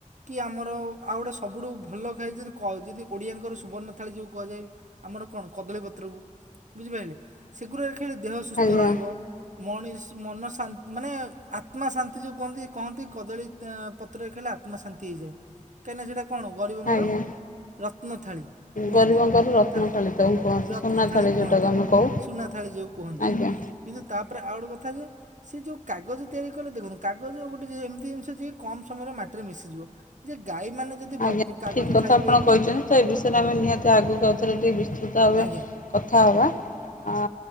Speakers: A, on the right; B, on the left.
A: କି ଆମର ଅ ଆଉ ଗୋଟେ ସବୁଠୁ ଭଲ ଖାଏ ଯଦି କ ଯଦି ଓଡ଼ିଆଙ୍କର ସୁବର୍ଣ୍ଣ ଥାଳି ଯୋଉ କୁହାଯାଏ। ଆମର କଣ କଦଳୀପତ୍ରକୁ ବୁଝିପାଇଲେ ସେଗୁରାରେ ଖାଇଲେ ଦେହ ସୁସ୍ଥ
B: ଆଜ୍ଞା
A: ରହିବ। ମଣିଷ ମନ ଶା ମାନେ ଆତ୍ମା ଶାନ୍ତି ଯୋଉ କୁହନ୍ତି କହନ୍ତି କଦଳୀ ତ ପତ୍ର ରେ ଖାଇଲେ ଆତ୍ମା ଶାନ୍ତି ହେଇଯାଏ କାହିଁକିନା ସେଇଟା କଣ ଗରିବଙ୍କର
B: ଆଜ୍ଞା
A: ରତ୍ନ ଥାଳି। କୁହନ୍ତି
B: ଗରିବଙ୍କର ରତ୍ନ
A: ତା
B: ଥାଳି ତାକୁ କୁହନ୍ତି
A: ରତ୍ନ
B: ସୁନା
A: ଥାଳି କୁହନ୍ତି
B: ଯେଉଁଟାକୁ ଆମେ କହୁ
A: ସୁନା ଥାଳି ଯୋଉ କୁହନ୍ତି।
B: ଆଜ୍ଞା
A: କିନ୍ତୁ ତାପରେ ଆଉ ଗୋଟେ କଥା ଯେ ସେ ଯୋଉ କାଗଜ ତିଆରି କଲେ ଦେଖନ୍ତୁ କାଗଜ ଗୋଟେ ଯେ ଏମିତି ଜିନିଷ ଯେ କମ ସମୟରେ ମାଟିରେ ମିଶିଯିବ ଯେ ଗାଈମାନେ ଯଦି ଭ
B: ଆଜ୍ଞା
A: କାଗଜ
B: ଠିକ୍ କଥା
A: ଖାଇବେ
B: ଆପଣ କହିଛନ୍ତି, ତ ଏ ବିଷୟରେ ଆମେ ନିହାତି ଆଗକୁ ଆଉଥରେ ଟିକେ ବିସ୍ତୃତ ଭାବେ
A: ଆଜ୍ଞା
B: କଥା ହବା ଆ